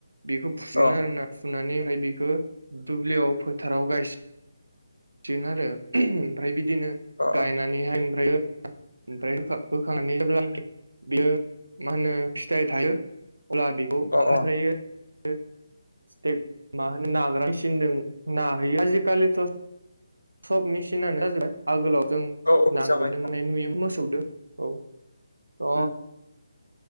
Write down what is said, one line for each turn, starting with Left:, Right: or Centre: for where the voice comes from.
Right: बेखौ फुसिगोन
Left: अ
Right: आरोना। फुनानै ओमफ्राय बेखो दुब्लियाव फोथाराव गायस सिगोन आरो ओमफ्राय बिदिनो
Left: अ
Right: गायनानैहाय ओमफ्रायो ओमफ्राय होखां होखांनानै जेब्लानाखि बेयो मा होनो फिथाइ थायो अब्ला बि औ
Left: अ
Right: हाद्रायो
Left: अ
Right: ओ <unintelligible> मा होनो नाग्रां मेसिनदों नाहैयो आजिखालिथ' सब मेसिनानो जाजोबबाय आगोलाव जों
Left: औ औ
Right: नांगोल
Left: जाबाय
Right: दोंनाय नुयो मोसौदो औ थ'
Left: उम